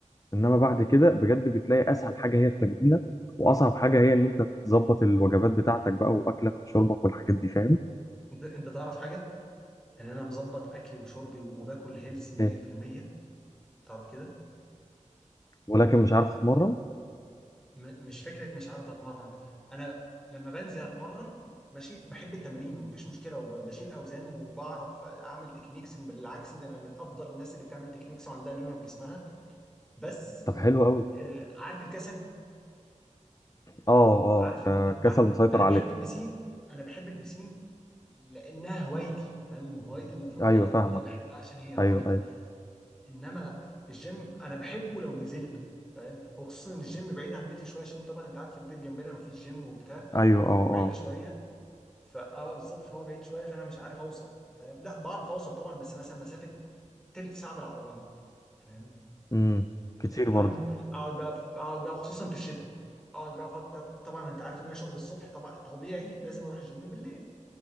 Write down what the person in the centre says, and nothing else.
انت انت تعرف حاجه ان انا مظبط اكلي وشربي وباكل هيلسي 100%
تعرف كده
م مش فكره مش عارف اتمرن انا لما بنزل اتمرن ماشي بحب التمرين ومفيش مشكله وبشيل اوزان وبعرف اعمل تكنيكس بالعكس ده انا من افضل الناس اللي بتعمل تكنيكس وعندها ليونه في جسمها بس
آه، عارف الكسل
عارف
ان انا عارف
انا
بحب البسين انا بحب البسين لانها هوايتي فاهم هوايتي المفضله
انا بحبها عشان هي هوايتي
انما الجيم انا بحبه لو نزلته فاهم هو خصوصا ان الجيم بعيد عن بيتي شويه عشان طبعا انت عارف البيت جنبنا مفيش جيم وبتاع
فهو بعيد
شويه فاه بالظبط فهو بعيد شويه فانا مش عارف اوصل فاهم لا بعرف اوصل طبعا بس مثلا مسافه تلت ساعه بالعربيه فاهم
يا جدعان
اقعد بقى اقعد بقى خصوصا في الشتاء اقعد بقى افكر طبعا انت عارف ان انا شغل الصبح طبعا طبيعي لازم اروح الجيم بالليل